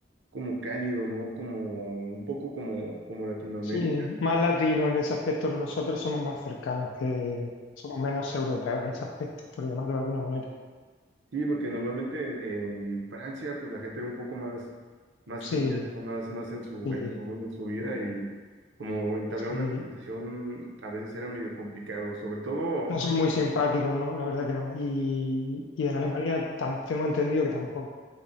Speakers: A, on the right; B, on the left.
A: como cálido, ¿no? Como un poco como, como Latinoamérica.
B: sí, más latinos en ese aspecto, nosotros somos más cercanos que, somos menos europeos en ese aspecto, por llamarlo de alguna manera.
A: Sí, porque normalmente en, en Francia, pues la gente era un poco más, más
B: Sí,
A: fría, ¿no? más, más en su,
B: sí,
A: en su, onda, en su vida y como entablar
B: sí.
A: una conversación a veces era medio complicado, sobre todo,
B: No son muy simpáticos, ¿no? La verdad que no. Y, y en Alemania tam- tengo entendido que tampoco.